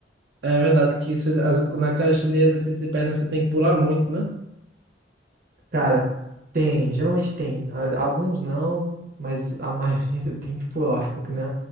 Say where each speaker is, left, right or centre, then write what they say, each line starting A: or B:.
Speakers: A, on the right (about 75°); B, on the right (about 55°).
A: É verdade que você- as- na calistenia, exercício de perna, você tem que pular muito, né?
B: Cara, tem, geralmente tem. A- Alguns não, mas a maioria <laughs> eu tenho que pular, fica que nem